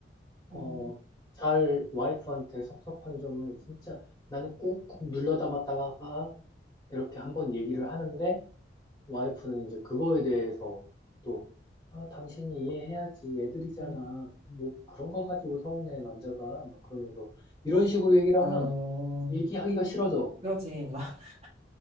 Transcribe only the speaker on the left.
어,
잘 와이프한테 섭섭한 점을 진짜 나는 꾹꾹 눌러 담았다가 이렇게 한번 얘기를 하는데, 와이프는 이제 그거에 대해서 또, 아, 당신이 이해해야지. 애들이잖아.
뭐 그런 거 가지고 서운해, 남자가. 막 그러면서 이런 식으로 얘기를
하면 얘기하기가 싫어져.